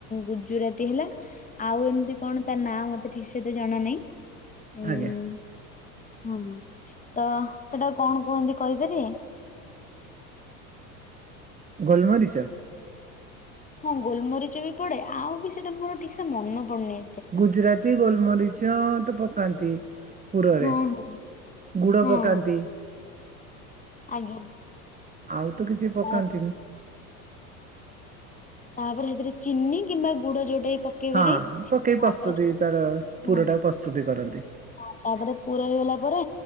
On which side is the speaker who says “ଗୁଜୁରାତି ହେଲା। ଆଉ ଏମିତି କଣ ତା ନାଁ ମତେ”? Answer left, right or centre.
Left